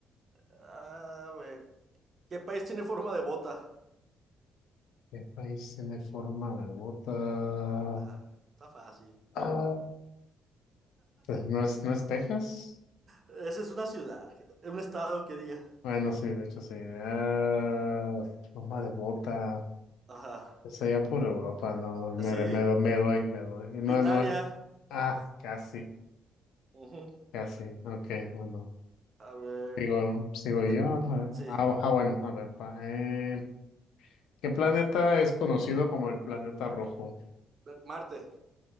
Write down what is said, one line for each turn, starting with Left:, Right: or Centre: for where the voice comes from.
Right: A ver, ¿qué país tiene forma de bota?
Left: ¿Qué país tiene forma de bota?
Right: Ajá, está fácil.
Left: Ah, pues, ¿no es, no es Texas?
Right: Esa es una ciudad, un estado que diga.
Left: Bueno, sí, de hecho sí. Ah, forma de bota.
Right: Ajá,
Left: Es allá por Europa, no, me,
Right: así,
Left: me, do- me doy, me doy. No,
Right: Italia.
Left: no, ah, casi,
Right: Ujú.
Left: casi. Ok, bueno.
Right: A ver,
Left: Digo, sigo yo.
Right: de-
Left: A ver,
Right: sí,
Left: Ah, ah, bueno, a ver. pa- eh, ¿qué planeta es conocido como el planeta rojo?
Right: Marte.